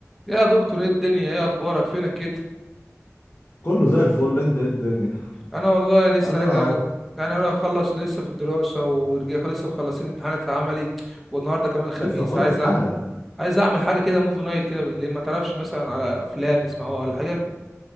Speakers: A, in the centre; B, on the left (about 55°).
A: يا دكتور ايه الدنيا ايه اخبارك فينك كده
B: كله زي الفل انت ايه الدنيا
A: انا والله لسه
B: ادي
A: راجع
B: انا اهو
A: يعني انا مخلص لسه في الدراسه ورجع لسه مخلصين امتحانات العملي والنهارده كمان الخميس
B: لسه مخلص
A: عايز
B: حالا
A: أعمل. عايز اعمل حاجه كده موفي نايت كده بالليل ما تعرفش مثلا على افلام نسمعوها ولا حاجه